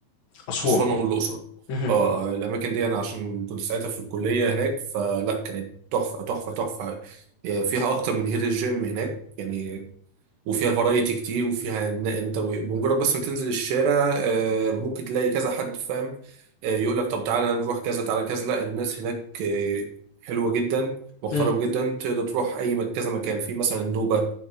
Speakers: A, on the left; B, on the right.
A: أسوان
B: أسوان والأقصر
A: مهم.
B: اه آه، الأماكن دي أنا عشان كنت ساعتها في الكلية هناك فلا كانت تحفة تحفة تحفة يعني فيها أكتر من هيد الجيم هناك يعني وفيها فرايتي كتير وفيها إن انت بمجرد بس ما تنزل الشارع آه، ممكن تلاقي كذا حد فاهم آه، يقول لك طب تعالى نروح كذا تعالى كذا لا الناس هناك آه، حلوة جدا محترمة
A: مهم.
B: جدا تقدر تروح اي مك- كذا مكان في مثلا النوبة